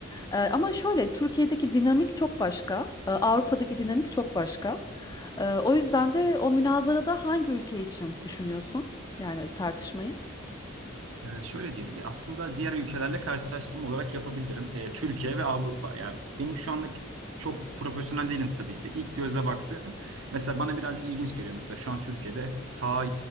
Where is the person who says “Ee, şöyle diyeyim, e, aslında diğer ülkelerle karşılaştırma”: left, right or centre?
Right